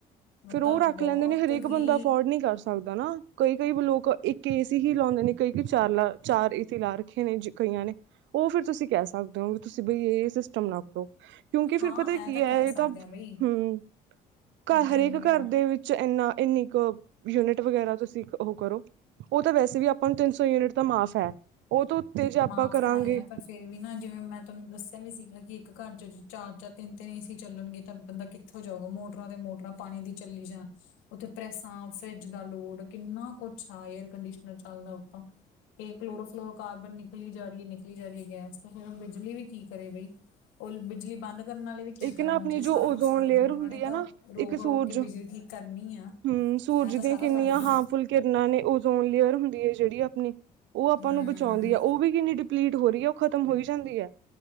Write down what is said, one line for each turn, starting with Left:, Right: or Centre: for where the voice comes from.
Left: ਮਤਲਬ
Right: ਫੇਰ ਓ ਰਾੱਖ
Left: ਬਹੁਤ
Right: ਲੈਂਦੇ ਨੇ ਹਰੇਕ
Left: ਹੀ
Right: ਬੰਦਾ ਅਫੋਡ ਨੀ ਕਰ ਸਕਦਾ ਨਾ ਕਈ-ਕਈ ਲੋਕ ਇੱਕ ਏਸੀ ਹੀ ਲਾਓਦੇ ਨੇ, ਕਈ-ਕਈ ਚਾਰ ਲਾ ਚਾਰ ਏਸੀ ਲਾ ਰੱਖੇ ਨੇ ਜ ਕਈਆਂ ਨੇ, ਓ ਫੇਰ ਤੁਸੀ ਕੈ ਸਕਦੇ ਓ ਵੀ ਤੁਸੀ ਬਈ ਏ ਸਿਸਟਮ ਨਾ ਕਰੋ। ਕਯੋਂਕਿ ਫਿਰ
Left: ਹਾਂ
Right: ਪਤਾ ਕੀ
Left: ਇਹ ਕਹਿ
Right: ਐ
Left: ਸਕਦੇ
Right: ਏ ਤਾਂ
Left: ਹਾਂ ਬਈ
Right: ਹੂੰ,
Left: ਕੰਪਲੇਨ
Right: ਘਾੱਰ ਹਰੇਕ
Left: ਵਗੈਰਾ
Right: ਘਾੱਰ ਦੇ ਵਿੱਚ ਚ ਐਨਾ ਇੰਨੀ ਕ ਯੂਨਿਟ ਵਗੈਰਾ ਤੁਸੀ ਓ ਕਰੋ। ਓ ਤਾ ਵੈਸੇ ਵੀ ਆਪਾ ਨੂੰ ਤਿੰਨ ਸੌ ਯੂਨਿਟ ਤਾ ਮਾਫ਼ ਐ, ਓਤੋ ਉਤੇ ਜੇ ਆਪਾਂ
Left: ਮਾਫ਼
Right: ਕਰਾਂਗੇ
Left: ਤਾਂ ਹੈ ਪਰ ਫਿਰ ਵੀ ਨਾ ਜਿਵੇਂ ਮੈਂ ਤੋਨੂੰ ਦੱਸੇਆ ਵੀ ਸੀਗਾ ਕਿ ਇੱਕ ਘਾੱਰ ਚ ਚਾਰ-ਚਾਰ, ਤਿੰਨ-ਤਿੰਨ ਏਸੀ ਚੱਲਨਗੇ ਤਾ ਬੰਦਾ ਕਿ ਹੋ ਜਾਊ ਮੋਟਰਾਂ ਤੇ ਮੋਟਰਾਂ ਪਾਨੀ ਦੀ ਚੱਲੀ ਜਾਨ ਓਥੇ ਪ੍ਰੈਸਾਂ, ਫਰੇਜ ਦਾ ਲੋੜ, ਕਿੰਨਾ ਕੋਛ ਆ ਏਰ ਕੰਡੀਸ਼ਨਰ ਚਲਦਾ ਓਤੋਂ ਏ ਕਲੋਰੋਫਲੋਰ ਕਾਰਬਨ ਨੇ ਨਿਕਲੀ ਜਾਰੀ ਏ ਨਿਕਲੀ ਜਾਰੀ ਏ ਗੈਸ ਤੇ ਫੇਰ ਓ ਬਿਜਲੀ ਵੀ ਕੀ ਕਰੇ ਬਈ ਓ ਬਿਜਲੀ ਬਾੰਦ ਕਰਨ ਆਲੇ ਵੀ ਕੀ
Right: ਇੱਕ
Left: ਕਰਨ
Right: ਨਾ ਆਪਣੀ
Left: ਜੇ
Right: ਜੋ
Left: ਸਾਰਾ
Right: ਓਜ਼ੋਨ
Left: ਕੁੱਛ ਸੜ
Right: ਲੇਅਰ
Left: ਜੂਗਾ
Right: ਹੁੰਦੀ
Left: ਓਨਾਂ ਨੇ
Right: ਹੈ
Left: ਤਾ
Right: ਨਾ
Left: ਰੋਕ-ਰੋਕ
Right: ਇੱਕ ਸੂਰਜ
Left: ਕੇ ਬਿਜਲੀ ਠੀਕ ਕਰਨੀ ਆ।
Right: ਹੂੰ, ਸੂਰਜ
Left: ਐਂ ਤਾਂ
Right: ਦੀਆਂ
Left: ਸਾਰਾ
Right: ਕਿੰਨੀਆਂ
Left: ਸੜ ਜੂ
Right: ਹਾਮਫੁੱਲ ਕਿਰਨਾ ਨੇ ਉ ਜ਼ੋਨ ਲੇਅਰ ਹੁੰਦੀ ਏ ਜੇੜੀ ਆਪਣੀ, ਓ ਆਪਾ
Left: ਹੂੰ
Right: ਨੂੰ ਬਚੋਂਦੀ ਐ ਓ ਵੀ ਕਿੰਨੀ ਡਿਪਲੀਟ ਹੋਰੀ ਐ। ਖਤਮ ਹੋਈ ਜਾਂਦੀ ਐ,